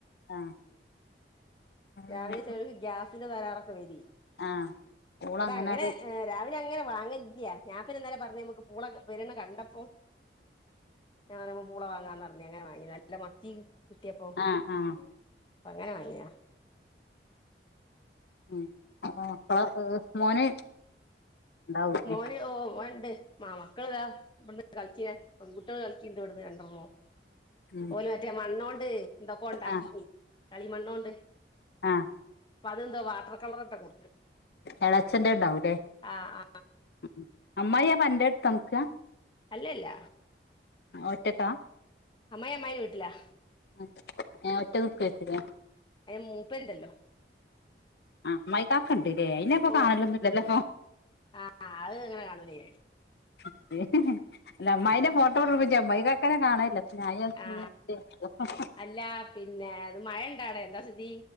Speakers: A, on the left (about 65°); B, on the left (about 25°).
A: ആഹ് അത്
B: രാവിലെ
A: പിന്നെ
B: ചെലോൽക്ക് ഗ്യാസിന്റെ തകരാറൊക്കെ വരി
A: ആഹ് പൂള
B: ഇപടെ
A: അങ്ങനട്
B: അങ്ങനെ രാവിലങ്ങനെ വാങ്ങല് ല്ല്യ ഞാ പിന്നെ ഇന്നലെ പറഞ്ഞ് നമ്മക്ക് പൂള പെര്ണ് കണ്ടപ്പോ ഞാനപ്പോ പൂള വാങ്ങാന്ന് പറഞ്ഞ് അങ്ങനെ വാങ്ങീതാ നല്ല മത്തിം കിട്ടപ്പോ
A: ആഹ് ആഹ്
B: അങ്ങനെ വാങ്ങി താ
A: ഉം അപ്പോ മക്കളെക്ക അത് മോന് ഉണ്ടാവൂലേ
B: മോന് ഓഹ് ഓൻണ്ട് മാ മക്കൾതാ ഇവ് കളിക്കിന് പെൺകുട്ടേൾ കളിക്കിണ്ട് ഇവട്ന്ന് രണ്ടെണ്ണും
A: ഉം
B: ഓല് മറ്റേ മണ്ണോണ്ട് എന്തൊക്കൊ ഇണ്ടാക്കിനി
A: ആഹ്
B: കളിമണ്ണോണ്ട്
A: ആഹ്
B: പ്പതെന്തോ വാട്ടർ കളറൊക്കെ കൊ
A: എളേച്ചന്റെണ്ടാവൂല്ലേ
B: ആ ആ
A: ഉം ഉം അമ്മായി അപ്പന്റെട്ത്താ നിക്കാ
B: അല്ലല്ല
A: ആഹ് ഒറ്റക്കാ
B: അമ്മായി അമ്മായിന്റെ വീട്ട്ലാ
A: ആത് ഏഹ് ഒറ്റക്ക്‌ നിക്കേര്ക്കുലേ
B: അതിന് മൂപ്പര്ണ്ടല്ലോ
A: ആഹ് അമ്മായികാക ഇണ്ട്ലേ അതിനപ്പോ
B: ഓ
A: കാണലൊന്നുംല്ലല്ലോ
B: ആ അത് അങ്ങനെ കാണൂലേ
A: പ്പോ അല്ല അമ്മായിന്റെ ഫോട്ടോ പിടിപ്പിച്ച അമ്മായി കാക്കാനെ കാണലില്ല <unintelligible>
B: ആ അല്ല പിന്നെ അത് മഴ ഇണ്ടാടേ എന്താ സ്ഥിതി